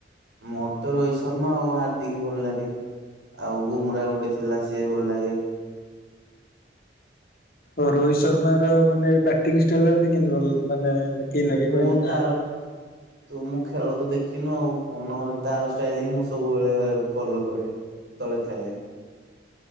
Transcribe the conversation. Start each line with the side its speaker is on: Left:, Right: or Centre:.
Right: ମୋର ତ ରୋହିତ ଶର୍ମା ଆଉ ହାରଦିକି ଭଲ ଲାଗେ। ଆଉ ବୁମ୍ରା ଗୋଟେ ଥିଲା ସିଏ ଭଲ ଲାଗେ।
Left: ଓ ରୋହିତ ଶର୍ମାର ମାନେ ବ୍ୟାଟିଂ ଷ୍ଟାଇଲ କେମତି ଭଲ ମାନେ କେମିତି ଲାଗେ
Right: ମୁଁ
Left: କହିଲୁ?
Right: ତାର ତୁ ମୁଁ ଖେଳ ତ ଦେଖିନୁ ଆଉ ନହେଲେ ତାର ଷ୍ଟାଇଲ ହିଁ ମୁଁ ସବୁବେଳେ ଫଲୋ କରେ। ଯେତେବେଳେ ଖେଳେ।